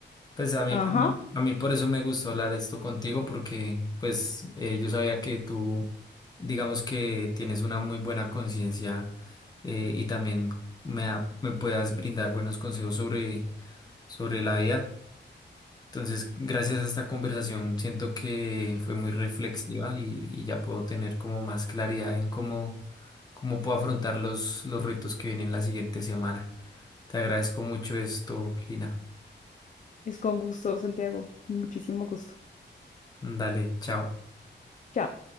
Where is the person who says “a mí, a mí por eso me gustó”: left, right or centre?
Left